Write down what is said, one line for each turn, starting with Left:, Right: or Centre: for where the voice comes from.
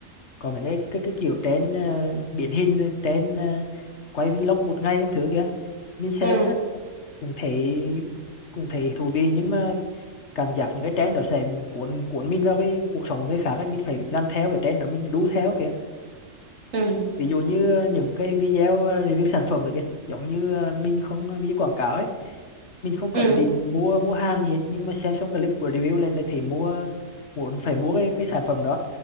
Left: còn mấy cái cái cái kiểu trên uh, điển hình trên quay vlog một ngày các thứ kia mình xem
Right: Ừ.
Left: á, cũng thấy cũng thấy thú vị nhưng mà cảm giác những cái trend đó sẽ cuốn cuốn mình vào cái cuộc sống của người khác ấy mình phải làm theo cái trend đó mình đu theo
Right: ừ
Left: ví dụ như ờ, những cái video ờ, review sản phẩm này kìa giống như ờ, mình không ờ, video quảng cáo ấy mình không có
Right: ừ
Left: ý định mua mua hàng gì hết nhưng mà xem xong clip của review lên lại thấy mua muốn phải mua cái cái sản phẩm đó